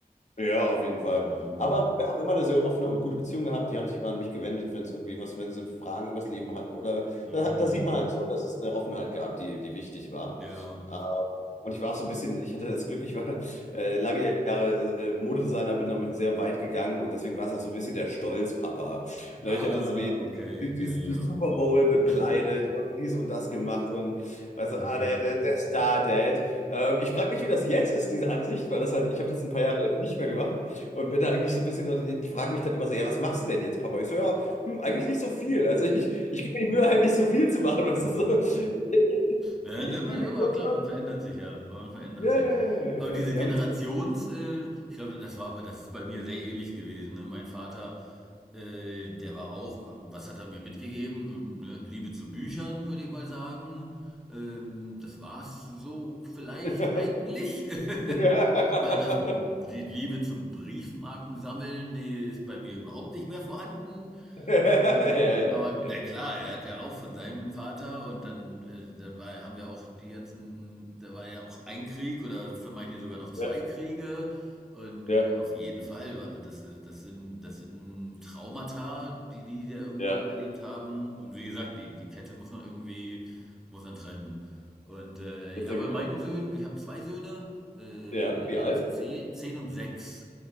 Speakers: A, on the left; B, in the centre.
A: Ja, auf jeden Fall.
B: Mhm.
A: Aber wir haben immer eine sehr offene und gute Beziehung gehabt. Die haben sich immer an mich gewendet, wenn es irgendwie was, wenn sie Fragen über Leben hatten. Oder
B: Mhm.
A: da, da sieht man halt schon, dass es eine Offenheit gab, die, die wichtig war.
B: Ja.
A: Ähm, Und ich war auch so ein bisschen, ich hatte das Glück, ich war äh, lange Jahre äh, äh, Modedesigner, bin damit sehr weit gegangen und deswegen war es auch so ein bisschen der Stolzpapa. Ne,
B: Ah,
A: ich habe dann so die,
B: okay.
A: die, die,
B: Ja, ja.
A: die Super Bowl bekleidet
B: <laughs>
A: und dies und das gemacht und weißt
B: Mhm.
A: du, ah, der, der, der Star-Dad. Ähm, ich frage mich, wie das jetzt ist, diese Ansicht, weil das halt, ich habe das ein paar Jahre jetzt nicht mehr gemacht und bin da eigentlich so ein bisschen, die fragen mich dann immer so, ja, was machst du denn jetzt, Papa? Ich so, ja, hm, eigentlich nicht so viel. Also ich, ich gebe mir die Mühe halt nicht so viel zu machen. Das
B: <laughs>
A: ist so, <laughs>
B: ne,
A: ich
B: ne, immer,
A: spiele viel
B: immer
A: Golf.
B: klar, man verändert sich ja, man verändert
A: Ja,
B: sich.
A: ja, ja, ja,
B: Aber diese
A: ja. ja, Ich
B: Generations,
A: habe jetzt.
B: äh, ich glaube, das war, bei- das ist bei mir sehr ähnlich gewesen. Ne? Mein Vater, äh, der war auch, was hat er mir mitgegeben? Ähm, ne, Liebe zu Büchern, würde ich mal sagen. Ähm, das war's so vielleicht
A: <laughs>
B: eigentlich. <laughs>
A: Ja. <laughs>
B: Weil das, die Liebe zum Briefmarkensammeln, die ist bei mir überhaupt nicht mehr vorhanden.
A: Ja,
B: Äh,
A: ja,
B: aber
A: das kenne
B: na
A: ich
B: klar,
A: auch.
B: er hat ja auch von seinem Vater und dann, äh, dann war, ja- haben wir auch die ganzen, da war ja auch ein Krieg oder für manche sogar noch zwei
A: Ja,
B: Kriege. Und
A: ja,
B: äh, auf jeden Fall, war- das, ist- das sind, das sind Traumata, die die da irgendwo
A: ja,
B: da erlebt haben. Und wie gesagt, die, die Kette muss man irgendwie, muss man trennen. Und äh,
A: das
B: ja,
A: denke
B: bei meinen
A: ich auch.
B: Söhnen, ich habe zwei Söhne, äh,
A: Ja, wie
B: einer
A: alt?
B: ist zehn, zehn und sechs.